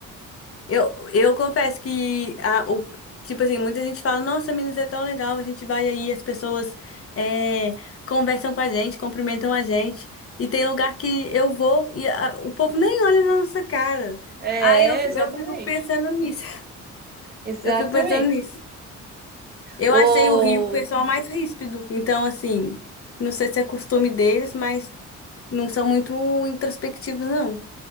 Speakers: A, on the left (about 50°); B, on the right (about 30°).
A: Eu, eu confesso que a, o, tipo assim, muita gente fala, nossa, Minas é tão legal, a gente vai aí, as pessoas é, conversam com a gente, cumprimentam a gente. E tem lugar que eu vou e a- o povo nem olha na nossa cara.
B: É,
A: Aí eu, fi-
B: exatamente.
A: eu fico pensando nisso. <laughs>
B: Exatamente.
A: Eu fico pensando nisso. Eu
B: Ô,
A: achei o Rio o pessoal mais ríspido. Então, assim, não sei se é costume deles, mas não são muito introspectivos, não.